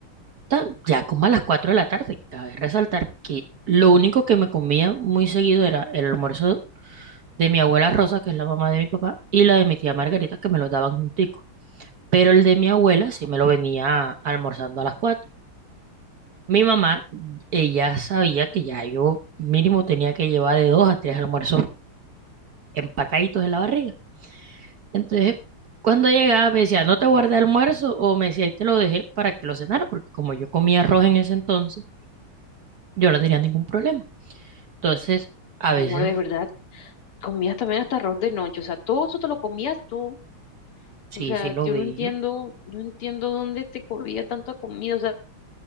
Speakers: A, on the right; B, on the left.
A: tan- ya como a las 4 de la tarde. Cabe resaltar que lo único que me comía muy seguido era el almuerzo de mi abuela Rosa, que es la mamá de mi papá, y la de mi tía Margarita, que me lo daban juntico. Pero el de mi abuela sí me lo venía almorzando a las 4. Mi mamá, ella sabía que ya yo mínimo tenía que llevar de dos a tres almuerzos empacaditos en la barriga. Entonces, cuando llegaba me decía, no te guardé almuerzo o me decía, ahí te lo dejé para que lo cenara, porque como yo comía arroz en ese entonces, yo no tenía ningún problema. Entonces, a
B: Mi
A: veces,
B: amor, de verdad, comías también hasta arroz de noche, o sea, todo eso te lo comías tú.
A: sí,
B: O sea,
A: sí lo
B: yo
A: veía.
B: no entiendo, no entiendo dónde te comía tanta comida. O sea,